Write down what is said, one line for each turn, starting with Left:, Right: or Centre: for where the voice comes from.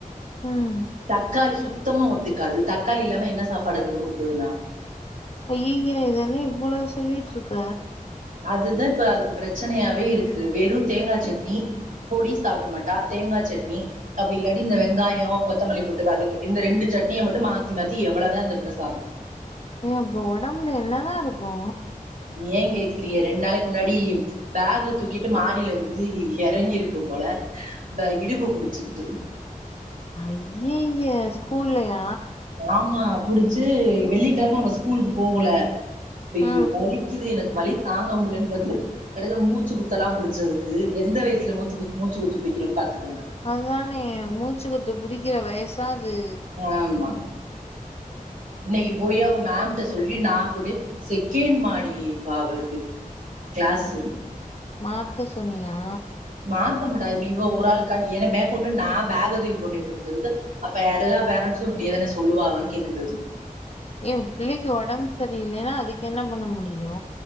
Left: ம்
Right: தக்காளி சுத்தமா ஒத்துக்காது தக்காளி இல்லாம என்ன சாப்பாடு குடுக்குறது அதுக்கு நா
Left: ஐய்யய்ய இதென்ன இவ்ளோ சொல்லிட்டு இருக்க
Right: அதுதா இப்ப அதுக்கு பிரச்சனையாவே இருக்கு வெறு தேங்கா சட்னி பொடி சாப்ட மாட்டா தேங்கா சட்னி அப்டி இல்லாடி இந்த வெங்காயோ கொத்தமல்லி போட்டு வதக்கி இந்த ரெண்டு சட்னிய மட்டு மாத்தி மாத்தி எவ்ளோவுதா அந்த புள்ள சாப்புடு
Left: ஏ அப்போ ஒடம்புல என்ன தா இருக்கு
Right: ஏ கேக்குறீக ரெண்டு நாளைக்கு முன்னாடி பேகு தூக்கிட்டு மாடியில இருந்து எறங்கி இருக்கு போல பே இடுப்பு புடிச்சிக்கிட்டு
Left: அய்யய்ய ஸ்கூல்லயா
Right: ஆமா புடிச்சி வெள்ளிக்கெழம அவ ஸ்கூலுக்கு போகல ஐயோ
Left: ஆ
Right: வலிக்கிது எனக்கு வலி தாங்க முடியலன்னு கத்து எடையில மூச்சி குத்தெல்லா புடிச்சி அதுக்கு எந்த வயசுல மூத்து மூச்சு குத்து புடிக்குறோன்னு பாத்துக்கோங்க
Left: அதான மூச்சு குத்து புடிக்கிற வயசா அது
Right: ஆமா இன்னைக்கி போயி அவுங்க மேம் கிட்ட சொல்லி நா கூட செகேண்ட் மாடிப்பா அவளுக்கு கிளாஸ்
Left: மாத்த சொன்னியா
Right: மாத்தமுடாது இப்டி இவ ஒரு ஆளுக்கா என்ன மேற் கொண்டு போக தூக்கி கொண்டே குத்ததுக்கு அப்ப எல்லா பேரண்ட்ஸு இப்டியே தான சொல்லுவாங்கன்னு கேக்குது அது
Left: ஏ பிள்ளைக்கு ஓடம்பு செரியில்லைனா அதுக்கு என்ன பண்ண முடியு